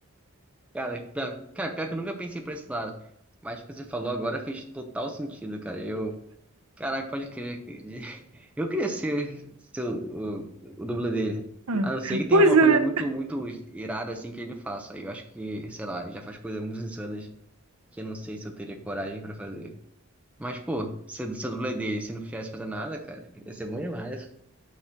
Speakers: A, in the centre; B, on the right.
A: cara, pra- cara, pior que eu nunca pensei por esse lado. Mas o que você falou agora fez total sentido, cara. Eu. Caraca, pode crer. <laughs> Eu queria ser, ser o, o, o dublê dele.
B: Ah,
A: A não ser que tenha
B: Pois
A: uma
B: é,
A: coisa muito, muito irada assim que ele faça. Aí eu acho que, sei lá, ele já faz coisas muito insanas que eu não sei se eu teria coragem pra fazer. Mas, pô, ser, ser dublê dele, se não fizesse fazer nada, cara, ia ser bom demais. <laughs>